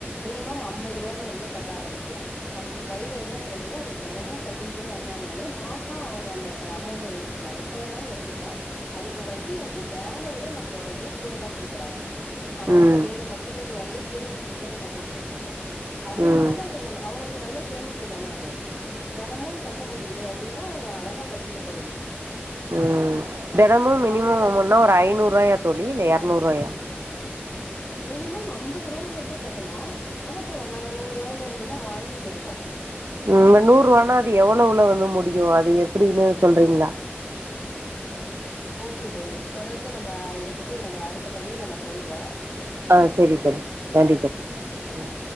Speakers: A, on the left; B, on the right.
A: மினிமம் அம்பது ரூவாயிலருந்தே கட்ட ஆரம்பிக்கலா நமக்கு கையில என்ன கெடைக்குதோ அது தெனமு கட்டிக்கிட்டே வந்தாங்கனாலே மாசோ அவங்க அந்த ச அமோண்ட எடுத்துக்லா எப்ப வேணாலு எடுத்துக்கலா அதுக்கு வட்டி வந்து பேங்க விட நம்ளோட இதுல கூட தா குடுக்குறாங்க நம்ம வந்து
B: ம்.
A: ஏழு பர்சன்டேஜ் வரையு சேவிங்சுக்கே நம்ம குடுத்துட்ருக்கோ அப்டிங்கும்
B: ம்.
A: போது அது உங்கள அவங்களுக்கு நல்ல சேமிப்புதான து தெனமு கட்ட முடியுது அப்டின்னா அவங்க அழகா கட்டிட்டு போயிட்லா
B: ம் தெனமு மினிமம்
A: அவங்களுக்கு அது
B: ஒவ்வொன்னா ஒரு ஐநூறுவாயா தோழி இல்ல எர்நூறுவாயா
A: மினிமம் அம்பத் து ரூவாயிலருந்தே கட்டலா ஆனா இப்போ நாங்க நூறுவாய்லருந்து தா வாங்கிட்டு இருக்கோ
B: ம் நூருவானா அது எவ்வளவுல வந்து முடியு அது எப்டினு சொல்றீங்ளா
A: ஓகே தோழி தொடர்ந்து நம்ப இத பத்தி நம்ம அடுத் த பதிவுல நா சொல்றே
B: ஆ செரி செரி நன்றி தோழி ம்